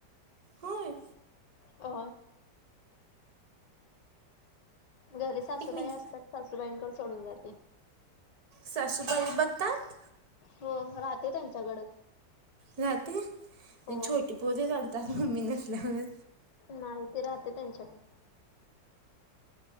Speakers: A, on the right; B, on the left.
A: होय
B: अ घरी सासूबाई
A: एक मिनिट
B: असतात सासूबाईंकडे सोडून जाते.
A: साासुबाई बघतात.
B: हो राहते त्यांच्याकडेच.
A: राहते
B: हो
A: छोटी पोरी रडतात मम्मी नसल्यावर.
B: नाही ती राहते त्यांच्याकडे.